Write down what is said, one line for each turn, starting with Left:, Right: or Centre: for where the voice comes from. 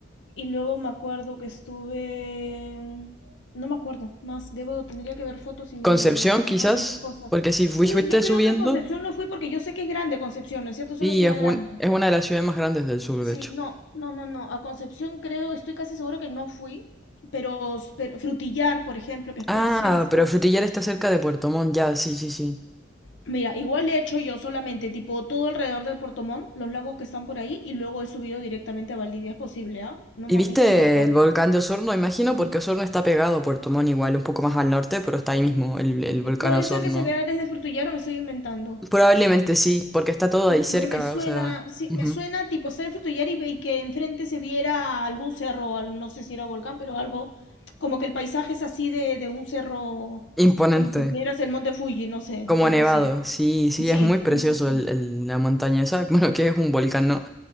Left: y luego me acuerdo que estuve... en- No me acuerdo más, debo, tendría que ver fotos y mi
Centre: Concepción
Left: cuadernos
Centre: quizás,
Left: y cosas.
Centre: porque si fui-
Left: Creo,
Centre: fuiste
Left: yo creo
Centre: subiendo,
Left: que a Concepción no fui porque yo sé que es grande Concepción, ¿no es cierto? Es
Centre: y
Left: una ciudad
Centre: es,
Left: grande.
Centre: un- es una de las ciudades más grandes del sur,
Left: Sí,
Centre: de hecho.
Left: no, no, no, no. A Concepción creo, estoy casi seguro que no fui, pero, pero Frutillar, por ejemplo, que es
Centre: Ah,
Left: precioso.
Centre: pero Frutillar está cerca de Puerto Montt, ya, sí, sí, sí.
Left: Mira, igual he hecho yo solamente, tipo, todo alrededor de Puerto Montt, los lagos que están por ahí, y luego he subido directamente a Valdivia, es posible, ¿ah? No
Centre: ¿Y
Left: ma-
Centre: viste
Left: es que no me acuerdo.
Centre: el volcán de Osorno, imagino? Porque Osorno está pegado a Puerto Montt igual, un poco más al norte, pero está ahí mismo el, el volcán
Left: Puede
Centre: Osorno.
Left: ser que se vea desde Frutillar o me estoy inventando.
Centre: Probablemente sí, porque está todo
Left: M-
Centre: ahí cerca,
Left: Porque me suena,
Centre: o sea,
Left: sí,
Centre: ujú.
Left: me suena tipo ser Frutillar y, ve- y que enfrente se viera algún cerro, al- no sé si era volcán, pero algo, como que el paisaje es así de, de un cerro,
Centre: Imponente,
Left: como si vieras el monte Fuji, no sé,
Centre: como
Left: algo
Centre: nevado.
Left: así.
Centre: Sí, sí,
Left: Sí,
Centre: es muy precioso
Left: sí, sí, sí.
Centre: el- el- la montaña esa. <laughs> Bueno, que es un volcán, ¿no?